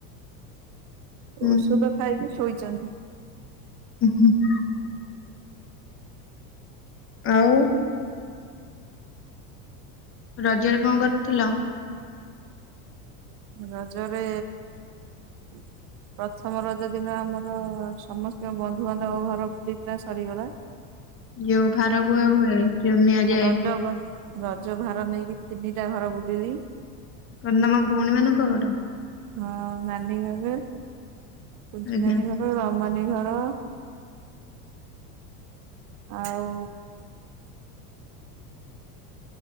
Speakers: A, on the left (about 30°); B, on the right (about 50°).
A: ହୁଁ
B: ଔଷଧ ଖାଇକି ଶୋଇଚନ୍ତି।
A: ଉ ହୁଁ ହୁଁ। ଆଉ ରଜରେ କଣ କରିଥିଲ?
B: ରଜରେ ପ୍ରଥମ ରଜ ଦିନ ଆମର ସମସ୍ତିଙ୍କ ବନ୍ଧୁବାନ୍ଧବ ଘର ବୁଲିକିନା ସରିଗଲା।
A: ଯୋଉ ଭାର ବୁହା ହୁଏ ଯୋଉ ନିଆଯାଏ।
B: ରଜ ରଜ ଭାର ନେଇକି ତିନିଟା ଘର ବୁଲିଲି।
A: କଣ ତମ ଭୋଉଣୀ ମାନଙ୍କ ଘର?
B: ହଁ ନାନୀ ହେବେ କୁଞ୍ଚୁ
A: ଆଜ୍ଞା
B: ନାନୀ ଘର ମାନି ଘର ଆଉ